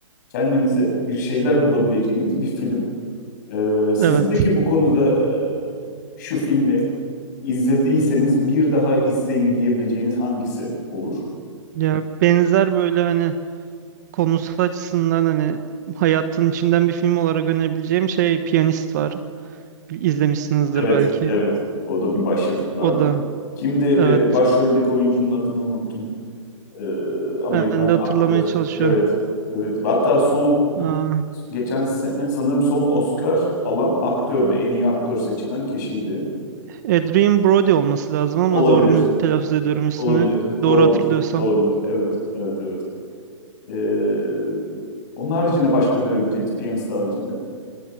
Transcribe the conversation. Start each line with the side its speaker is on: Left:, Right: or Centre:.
Left: kendinize bir şeyler bulabileceğiniz bir film. Ee, sizin
Right: Evet.
Left: peki bu konuda e, şu filmi izlediyseniz bir daha izleyin diyebileceğiniz hangisi olur?
Right: Ya benzer böyle hani konusu açısından hani hayatın içinden bir film olarak önerebileceğim şey Piyanist var. Bir İzlemişsinizdir
Left: Evet,
Right: belki.
Left: evet. O da bir başyapıtlardan.
Right: O da
Left: Kimdi e,
Right: evet.
Left: başroldeki oyuncunun adını unuttum. Ee, Amerikan
Right: Ben de hatırlamaya
Left: aktör.
Right: çalışıyorum.
Left: Evet, evet. Hatta son
Right: Aa,
Left: Geçen sene sanırım son Oscar alan aktördü. En iyi aktör seçilen kişiydi.
Right: Adrien Brody olması lazım ama
Left: Olabilir.
Right: doğru mu telaffuz ediyorum ismini?
Left: Olabilir.
Right: Doğru
Left: Doğrudur.
Right: hatırlıyorsam.
Left: Doğrudur. Evet. Evet. Evet. Evet. Ee, onun haricinde başka önerebileceğiniz piyanist haricinde.